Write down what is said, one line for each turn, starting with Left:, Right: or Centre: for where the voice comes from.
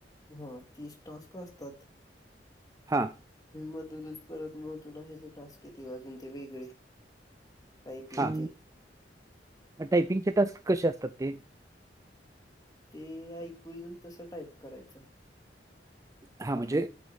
Left: हो तीस टास्क असतात.
Right: हां.
Left: मधुनच परत मग तुला ह्याचे टास्क येतील, अजून ते वेगळे. टायपिंगचे.
Right: ह. टायपिंगचे टास्क कसे असतात ते.
Left: ते ऐकु येईल तसं टाईप करायचं.
Right: हा म्. हणजे